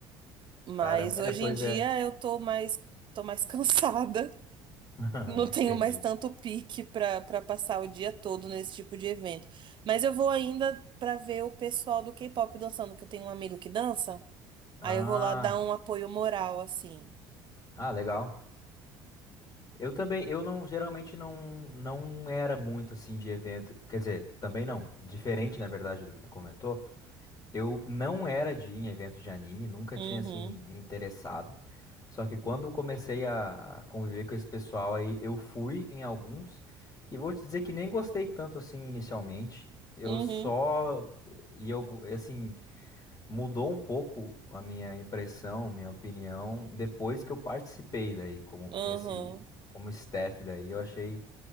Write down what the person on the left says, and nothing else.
Caramba.
É, pois
é.
<laughs>
Entendi.
Ah,
ah, legal. Eu também, eu não, geralmente não, não era muito assim de evento, quer dizer, também não, diferente na verdade do que tu comentou, eu não era de ir em evento de anime, nunca
tinha assim me, me interessado, só que quando eu comecei a, a conviver com esse pessoal aí, eu fui em alguns, e vou te dizer que nem gostei tanto assim inicialmente, eu
só, e eu, go- assim, mudou um pouco a minha impressão, minha opinião, depois que eu participei daí, como
nesse, como staff daí, eu achei,